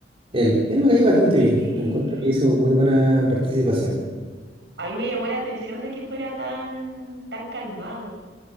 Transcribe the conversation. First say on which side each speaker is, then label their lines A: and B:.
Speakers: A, on the right; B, on the right.
A: Él, él me cayó bastante bien,
B: Sí.
A: encuentro que hizo muy buena participación,
B: A mí me llamó la atención de que fuera tan, tan calmado.